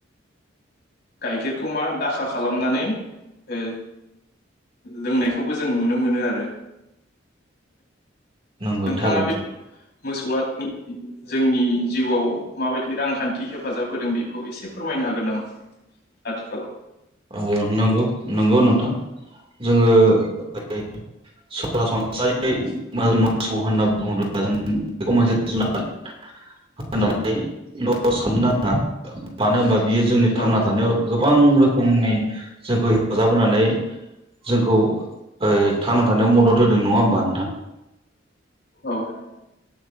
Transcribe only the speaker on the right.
नंगौ
थारैनो
औ नंगौ नंगौ नोंथां जोङो <unintelligible> सरासनस्रायै मोसौ होनना बुङोब्ला जों बेखौ मोनसे जुनाद होननानैल' साननो नाङा मानो होनबा बियो जोंनि थांना
थानायाव गोबां रोखोम जोंनि जोंखौ हेफाजाब होनानै ओ जोंखौ ओ थांना थानायाव मदद होदों नङा होमबा नोंथां